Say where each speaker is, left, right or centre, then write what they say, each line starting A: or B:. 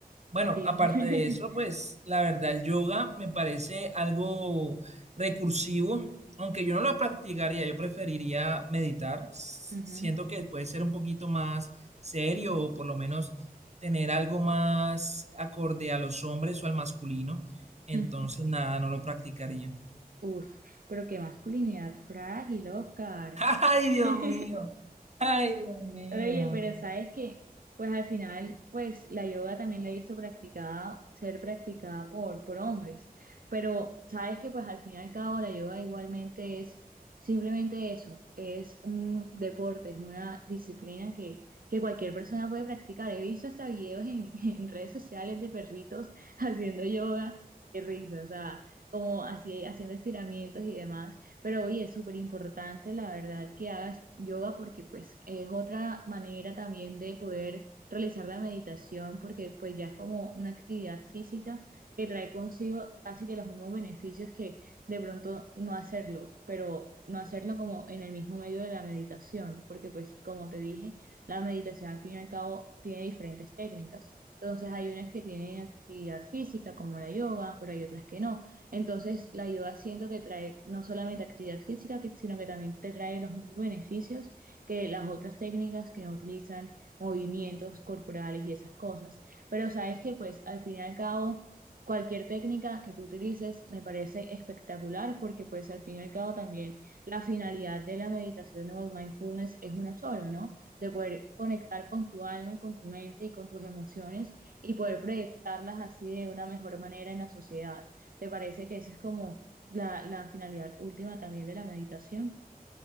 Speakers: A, on the right; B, on the right.
A: Bueno,
B: Sí.
A: aparte
B: <laughs>
A: de eso, pues la verdad el yoga me parece algo recursivo, aunque yo no lo practicaría, yo preferiría meditar. S-
B: Ujú.
A: Siento que puede ser un poquito más serio o por lo menos tener algo más acorde a los hombres o al masculino. Entonces,
B: <laughs>
A: nada, no lo practicaría.
B: Uf, pero qué masculinidad frágil, Oscar.
A: <laughs> Ay,
B: <laughs>
A: Dios mío. Ay, Dios mío.
B: Oye, pero sabes que, pues al final, pues la yoga también la he visto practicada, ser practicada por, por hombres. Pero sabes que, pues al fin y al cabo, la yoga igualmente es simplemente eso, es un deporte, es una disciplina que, que cualquier persona puede practicar. He visto hasta videos en, <laughs> en redes sociales de perritos <laughs> haciendo yoga. Qué risa, o sea, como así haciendo estiramientos y demás. Pero oye, es súper importante, la verdad, que hagas yoga porque pues es otra manera también de poder realizar la meditación porque pues ya es como una actividad física que trae consigo casi que los mismos beneficios que de pronto no hacerlo, pero no hacerlo como en el mismo medio de la meditación, porque pues como te dije, la meditación al fin y al cabo tiene diferentes técnicas. Entonces hay unas que tienen actividad física como la yoga, pero hay otras que no. Entonces, la yoga siento que trae no solamente actividad física, que- sino que también te trae los mismos beneficios que las otras técnicas que utilizan movimientos corporales y esas cosas. Pero sabes que, pues, al fin y al cabo, cualquier técnica que tú utilices me parece espectacular porque, pues, al fin y al cabo también la finalidad de la meditación o el mindfulness es una sola, ¿no? De poder conectar con tu alma y con tu mente y con tus emociones y poder proyectarlas así de una mejor manera en la sociedad. ¿Te parece que esa es como la, la finalidad última también de la meditación?